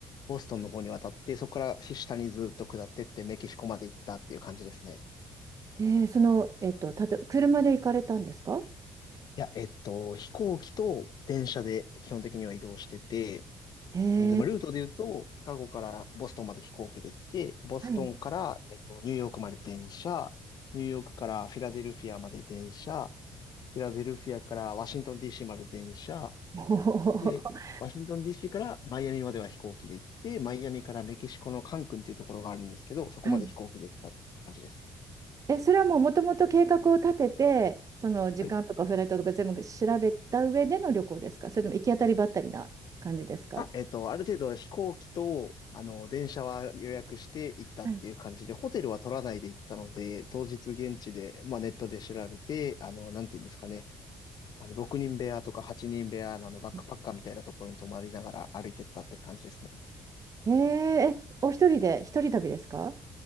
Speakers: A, on the left; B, on the right.
A: ボストンの方に渡って、そこから下にずっと下ってってメキシコまで行ったっていう感じですね。
B: えー、その、えっと、たと、車で行かれたんですか
A: いや、えっと、飛行機と電車で基本的には移動してて、
B: えー、
A: でもルートで言うと、シカゴからボストンまで飛行機で行って、ボストンから、
B: はい。
A: えっと、ニューヨークまで電車、ニューヨークからフィラデルフィアまで電車、フィラデルフィアからワシントン DC まで電車、
B: おー
A: で、ワシントン DC からマイアミまでは飛行機で行って、マイアミからメキシコのカンクンっていうところがあるんですけど、そこまで飛行機で行ったって感じですね。
B: はい。え、それはもうもともと計画を立てて、その時間とかフライトとか全部調べた上での旅行ですかそれとも行き当たりばったりな感じですか
A: はいあ、えっと、ある程度飛行機と、あの、電車は予約して行ったっていう感じで、
B: はい
A: ホテルは取らないで行ったので、当日現地で、まあ、ネットで調べて、あの、なんていうんですかね、あの、6人部屋とか8人部屋のあの、バックパッカーみたいなところに泊まりながら歩いてったって感じですね。
B: えー、え、お一人で、一人旅ですか